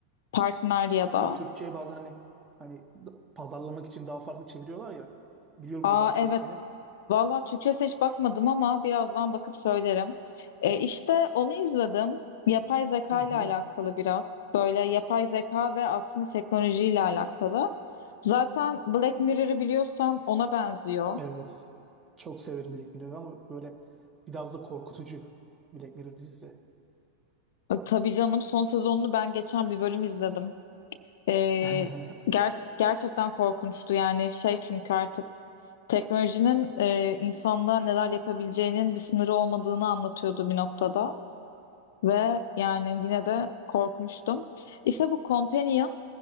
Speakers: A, on the left (about 55°); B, on the right (about 20°).
A: Partner ya da.
B: Ya Türkçe'ye bazen hani hani da- pazarlamak için daha farklı çeviriyorlar ya. Biliyorumdur
A: Aa
B: belki
A: evet.
B: ismini.
A: Valla Türkçesine hiç bakmadım ama birazdan bakıp söylerim. Ee, işte onu izledim. Yapay zeka
B: Hı hı.
A: ile alakalı biraz. Böyle yapay zeka ve aslında teknolojiyle alakalı. Zaten Black Mirror'ı biliyorsan ona benziyor.
B: Evet. Çok severim Black Mirror'ı ama böyle biraz da korkutucu Black Mirror dizisi.
A: E, Tabii canım son sezonunu ben geçen bir bölüm izledim. E,
B: <laughs>
A: ger- gerçekten korkunçtu yani şey çünkü artık teknolojinin e, insanlığa neler yapabileceğinin bir sınırı olmadığını anlatıyordu bir noktada. Ve yani yine de korkmuştum. İşte bu Companion